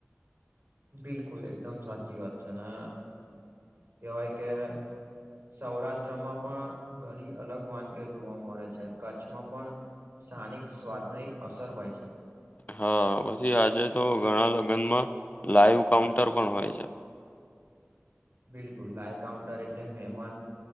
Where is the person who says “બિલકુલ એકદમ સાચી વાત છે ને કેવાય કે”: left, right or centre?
Right